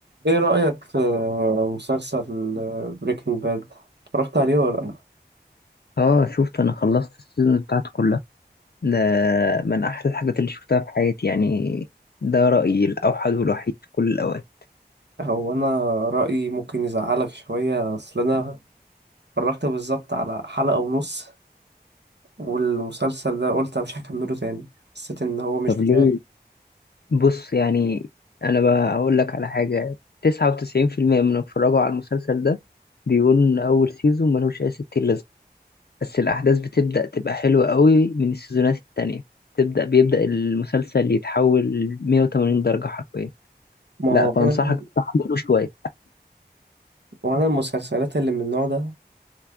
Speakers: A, on the right; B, on the left.
A: ايه رأيك في مسلسل بريكنج باد اتفرجت عليه ولا
B: اه شفت انا خلصت السيزون بتاعته كلها ده من احلى الحاجات اللي شفتها في حياتي يعني ده رأيي الاوحد والوحيد في كل الاوقات
A: لا هو انا رأيي ممكن يزعلك شوية اصل انا اتفرجت بالظبط على حلقة ونص والمسلسل ده قلت أنا مش هكمله تاني حسيت ان هو مش
B: طب
A: بتاعي
B: ليه بص يعني انا بقى اقول لك على حاجة 99% من اللي اتفرجوا على المسلسل ده بيقولوا ان اول سيزون ملوش اي ستين لازمة بس الاحداث بتبدأ تبقى حلوة قوي من السيزونات التانية تبدأ بيبدأ المسلسل يتحول 180 درجة حرفيا
A: ما
B: لا
A: هو
B: فانصحك
A: انا
B: تحمله شوية
A: وانا المسلسلات اللي من النوع ده انا